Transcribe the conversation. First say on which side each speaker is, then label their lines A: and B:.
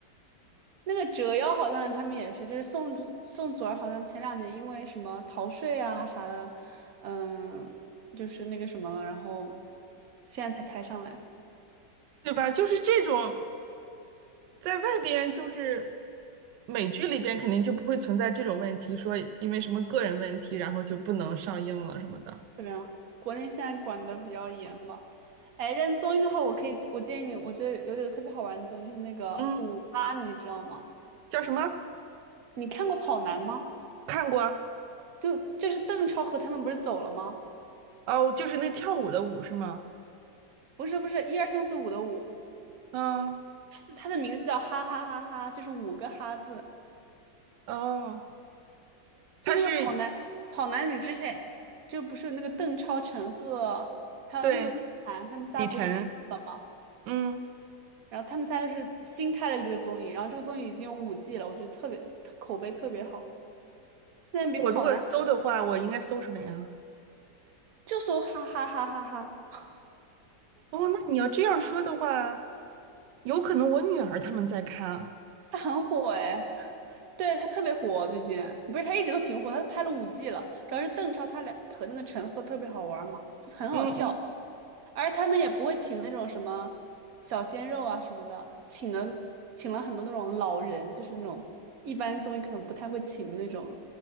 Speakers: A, on the right; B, on the right.
A: 那个折腰好像他们也是，就是宋祖宋祖儿好像前两年因为什么逃税啊啥的，嗯，就是那个什么了，然后现在才抬上来。
B: 对吧？就是这种，在外边就是美剧里边肯定就不会存在这种问题，说因为什么个人问题，然后就不能上映了什么的。
A: 对啊，国内现在管的比较严吧。哎，但综艺的话，我可以，我建议你，我觉得有点特别好玩的综艺，就是那个五八，
B: 嗯，
A: 你知道吗？
B: 叫什么？
A: 你看过《跑男》吗？
B: 看过啊
A: 就就是邓超和他们不是走了吗？
B: 哦，就是那跳舞的舞是吗？
A: 不是不是，一二三四五的五，
B: 嗯，
A: 他是他的名字叫哈哈哈哈，就是五个哈字。
B: 哦，
A: 就那个跑男跑男里之前，
B: 他是
A: 就不是那个邓超、陈赫，还有那个鹿晗，
B: 对
A: 他们仨不是不录了吗？
B: 李晨。嗯，
A: 然后他们仨就是新开了这个综艺，然后这个综艺已经有五季了，我觉得特别特口碑特别好，现在比跑男
B: 我如果搜的话，我应该搜什么呀？
A: 就搜哈哈哈哈哈，<laughs>
B: 哦，那你要这样说的话，有可能我女儿他们在看啊。
A: 他很火哎，对他特别火最近，不是他一直都挺火，他都拍了五季了，主要是邓超他俩和那个陈赫特别好玩嘛，就很好笑。
B: 嗯嗯。
A: 而他们也不会请那种什么小鲜肉啊什么的，请了请了很多那种老人，就是那种一般综艺可能不太会请的那种，